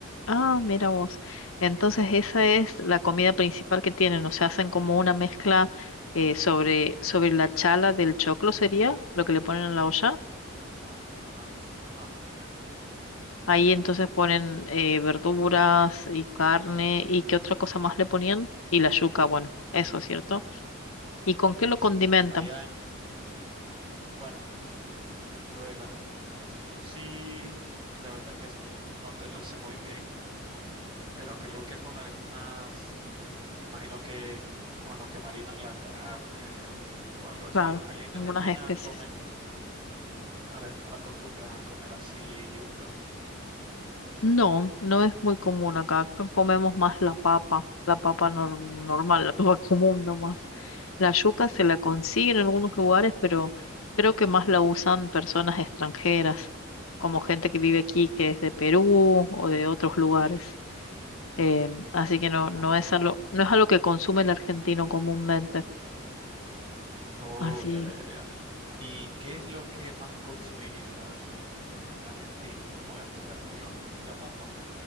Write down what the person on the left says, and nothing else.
Ah, mira vos. Entonces esa
es
la comida principal que tienen, o sea, hacen como una mezcla eh, sobre, sobre la chala del choclo sería lo que le ponen en la olla.
Ahí entonces ponen eh, verduras y carne y qué otra cosa más le ponían y la yuca, bueno, eso es cierto. ¿Y con qué
lo
condimentan?
Claro,
unas especies.
No, no es muy común acá. Acá comemos más la papa, la papa nor- normal, <laughs> la papa común nomás. La yuca se la consigue en algunos lugares, pero creo que más la usan personas extranjeras, como gente que vive aquí, que es de Perú o de otros lugares. Em, así que no,
no es algo, no es algo que consume el argentino comúnmente.
Así,